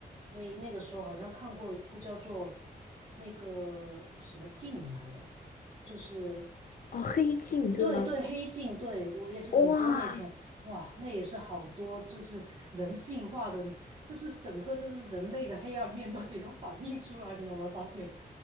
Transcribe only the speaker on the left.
哦，《黑镜》对吗？
哇，